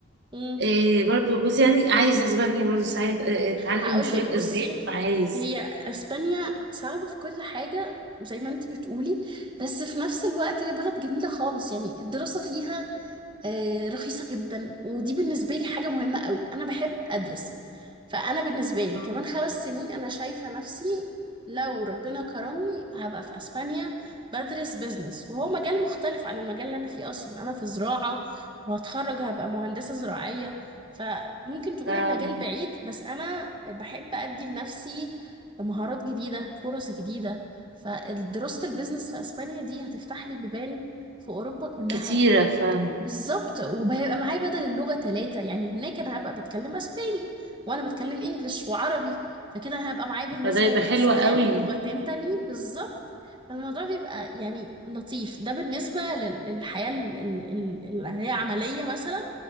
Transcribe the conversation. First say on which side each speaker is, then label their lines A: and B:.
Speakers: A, on the right (about 20°); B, on the right (about 50°).
A: مم.
B: إيه برضو جوزي يعني عايز اسبانيا برضو ساعات آه، آه، اتعلم
A: هقولك
B: شويه
A: بصي
B: اسباني عايز
A: هي أسبانيا صعبة في كل حاجة زي ما انت بتقولي بس في نفس الوقت هي بلد جميلة خالص يعني الدراسة فيها آه، رخيصة جدا ودي بالنسبة لي حاجة مهمة قوي أنا بحب أدرس فأنا بالنسبة لي
B: آه.
A: كمان خمس سنين أنا شايفة نفسي لو ربنا كرمني هبقى في أسبانيا بدرس بيزنس وهو مجال مختلف عن المجال اللي أنا فيه أصلا أنا في زراعة وهتخرج هبقى مهندسة زراعية فممكن تقولي
B: فاهم
A: المجال بعيد بس أنا بحب أدي لنفسي مهارات جديدة فرص جديدة فدراسة البيزنس في أسبانيا دي هتفتح لي بيبان في أوروبا كلها
B: كتيرة فاهم
A: بالظبط وهيبقى معايا بدل اللغة ثلاثة يعني هناك أنا هبقى بتكلم أسباني وأنا بتكلم إنجليش وعربي فكده أنا هبقى معايا بالنسبة
B: فده يبقى
A: للأسبان
B: حلو قوي
A: لغتين تانيين بالظبط فالموضوع بيبقى يعني لطيف ده بالنسبة لل- للحياة ال- ال- ال- اللي هي عملية مثلا